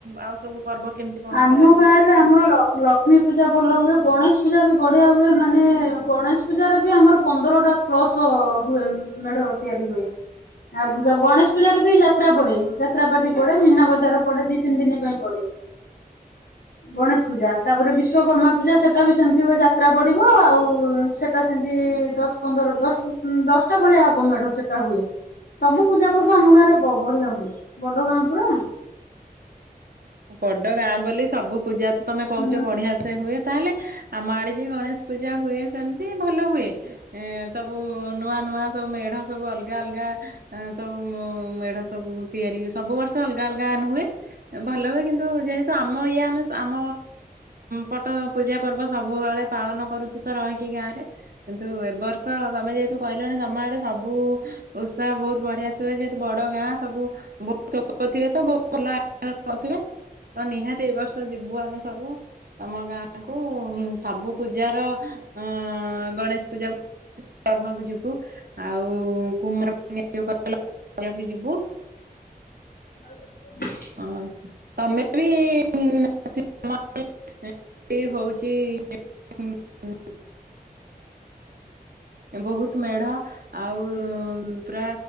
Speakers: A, on the right; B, on the left.
A: ଆଉ ସବୁ ପର୍ବ କେମିତି କଣ
B: ଆମ
A: କରାଯାଏ?
B: ଗାଁ ରେ ଆମର ଲ ଲକ୍ଷ୍ମୀ ପୂଜା ଭଲ ହୁଏ ଗଣେଶ ପୂଜା ବି ବଢିଆ ହୁଏ ମାନେ ଗଣେଶ ପୂଜାରେ ବି ଆମର ପନ୍ଦରଟା ପ୍ଲସ ହୁଏ ମେଢ ତିଆରି ହୁଏ ଆଉ ଗ ଗଣେଶ ପୂଜାରେ ବି ଯାତ୍ରା ପଡେ ଯାତ୍ରା ପାଟି ପଡେ ମିନା ବଜାର ପଡେ ଦି ତିନି ଦିନି ପାଇଁ ପଡେ। ଗଣେଶ ପୂଜା ତାପରେ ବିଶ୍ଵକର୍ମା ପୂଜା ସେଟା ବି ସେମିତି ହୁଏ ଯାତ୍ରା ପଡିବ ଆଉ ସେଟା ସେମତି ଦଶ ପନ୍ଦର ଦଶଟା ଉଁ ଦଶଟା ଭଳିଆ ହବ ମେଢ ସେଟା ହୁଏ ସବୁ ପୂଜା ପର୍ବ ଆମ ଗାଁରେ ବ ବଢିଆ ହୁଏ ବଡ ଗାଁ ପୁରା।
A: ବଡ ଗାଁ ବୋଲି ସବୁ ପୂଜା ତମେ କହୁଚ
B: ହୁଁ
A: ବଢିଆ ସେ ହୁଏ। ତାହେଲେ ଆମ ଆଡେ ବି ଗଣେଶ ପୂଜା ହୁଏ ସେମିତି ଭଲ ହୁଏ ଏଁ ସବୁ ନୂଆ ନୂଆ ସବୁ ମେଢ ସବୁ ଅଲଗା ଅଲଗା ଏଁ ସବୁ ମେଢ ସବୁ ତିଆରି ସବୁ ବର୍ଷ ଅଲଗା ଅଲଗା ନୁ ହୁଏ। ଭଲ ହୁଏ କିନ୍ତୁ ଯେହେତୁ ଆମ ଇଏ ଆମେ ଆମ ପଟ ପୂଜା ପର୍ବ ସବୁବେଳେ ପାଳନ କରୁଚୁ ତ ରହିକି ଗାଁରେ କିନ୍ତୁ ଏ ବର୍ଷ ତମେ ଯେହେତୁ କହିଲଣି ତମ ଆଡ଼େ ସବୁ ଓଷା ବହୁତ ବଢ଼ିଆସ ହୁଏ ଯେହେତୁ ବଡ଼ ଗାଁ ସବୁ ବହୁ <unintelligible> ଥିବେ ତ <unintelligible> ବହୁତ ଭଲ <unintelligible> ରହୁଥିବେ ତ ନିହାତି ଏଇ ବର୍ଷ ଯିବୁ ଆମେ ସବୁ ତମ ଗାଁକୁ। ସବୁ ପୂଜାର ଅଁ ଗଣେଶ ପୂଜା <unintelligible> କର୍ମାକୁ ଯିବୁ ଆଉ <unintelligible> ଯିବୁ।
B: <inaudible>
A: ଉଂ ତମେ ବି <unintelligible> ହଉଚି <unintelligible> ବହୁତ ମେଢ ଆଉ ପୁରା